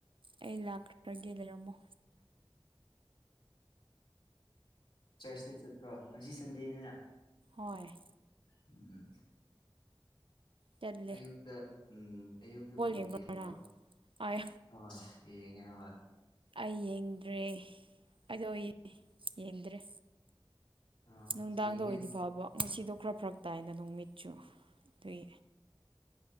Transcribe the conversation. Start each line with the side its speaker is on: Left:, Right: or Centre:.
Right: ꯑꯩ ꯂꯥꯛꯈ꯭ꯔꯒꯦ ꯂꯩꯔꯝꯃꯣ
Left: ꯆꯔꯁꯗꯦ ꯆꯠꯀ꯭ꯔꯣ ꯉꯁꯤ ꯁꯟꯗꯦꯅꯤꯅ
Right: ꯍꯣꯏ
Left: ꯎꯝ
Right: ꯆꯠꯂꯦ
Left: ꯑꯌꯨꯛꯇ ꯎꯝ ꯑꯌꯨꯛꯗ ꯕꯣꯜ
Right: ꯌꯦꯡꯕ꯭ꯔ
Left: ꯌꯦꯡꯗꯔꯣ
Right: ꯅꯪ ꯑꯩ
Left: ꯍ ꯁꯤꯉ ꯍ
Right: ꯑꯩ ꯌꯦꯡꯗ꯭ꯔꯦ ꯑꯩꯗꯣ ꯑꯩ ꯌꯦꯡꯗ꯭ꯔꯦ
Left: ꯑꯥ
Right: ꯅꯨꯡꯗꯥꯡꯗ
Left: ꯌꯦꯡꯒꯦ
Right: ꯑꯣꯏꯗꯤ ꯐꯕ ꯉꯁꯤꯗꯣ ꯈꯔ ꯐꯔꯛ ꯇꯥꯏꯅ ꯅꯨꯃꯤꯠꯁꯨ ꯑꯗꯨꯏ